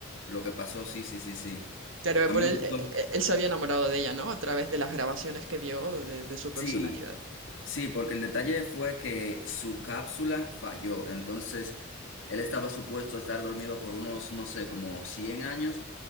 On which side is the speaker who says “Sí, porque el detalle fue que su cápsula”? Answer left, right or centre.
Left